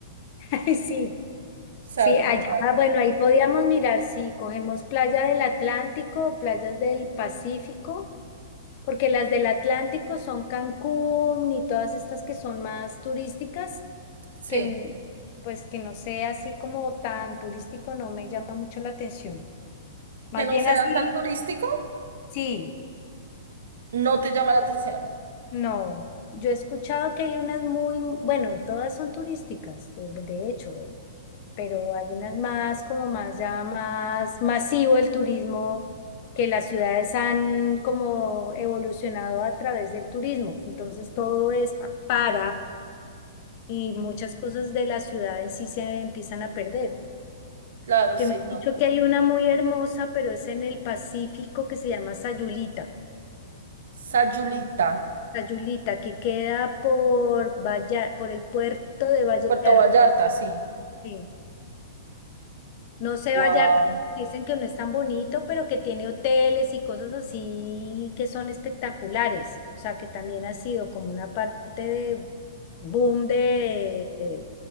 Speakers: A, on the left; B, on the right.
A: <laughs> Ay, Sí,
B: sea,
A: sí,
B: total,
A: allá, bueno, ahí podíamos mirar si cogemos playa del Atlántico o playas del Pacífico, porque las del Atlántico son Cancún y todas estas que son más turísticas,
B: sí.
A: que n- pues que no sea así como tan turístico no me llama mucho la atención. Más
B: Que no
A: bien
B: sea
A: así,
B: tan turístico,
A: sí.
B: no te llama la atención.
A: No, yo he escuchado que hay unas muy, bueno, todas son turísticas, de, de hecho, eh, pero hay unas más, como más ya más masivo el turismo, que las ciudades han como evolucionado a través del turismo. Entonces todo es para y muchas cosas de la ciudad en sí se empiezan a perder.
B: Claro,
A: Que
B: sí,
A: me han
B: no.
A: dicho que hay una muy hermosa, pero es en el Pacífico que se llama Sayulita.
B: Sayulita,
A: La Yulita, que queda por Vallar, por el puerto de Vallarta.
B: Puerto Vallarta, sí.
A: Sí. No sé,
B: Wow.
A: Vallarta, dicen que no es tan bonito, pero que tiene hoteles y cosas así que son espectaculares. O sea, que también ha sido como una parte de boom de, de